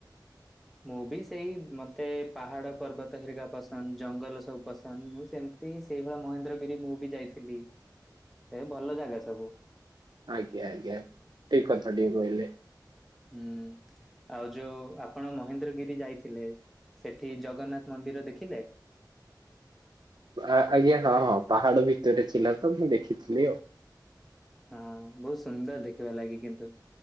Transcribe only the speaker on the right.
ଆଜ୍ଞା ଆଜ୍ଞା ଠିକ୍ କଥା ଟିଏ କହିଲେ।
ଆଜ୍ଞା ହଁ ହଁ ପାହାଡ ଭିତରେ ଥିଲା ତ ମୁଁ ଦେଖିଥିଲି ଆଉ।